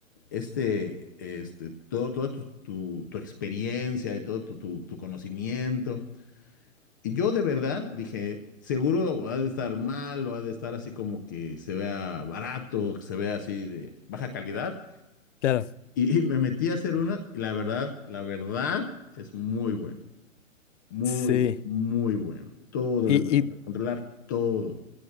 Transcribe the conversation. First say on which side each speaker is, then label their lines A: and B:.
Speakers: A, on the left; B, on the left.
A: este, este, todo, toda tu, tu- tu experiencia y todo tu, tu- tu conocimiento. Y yo de verdad dije, seguro ha de estar mal o ha de estar así como que se vea barato, que se vea así de baja calidad.
B: Claro,
A: Y, y me metí a hacer una y la verdad, la verdad es muy bueno, muy,
B: sí.
A: muy bueno. Todo,
B: Y,
A: le puedes
B: y,
A: controlar todo.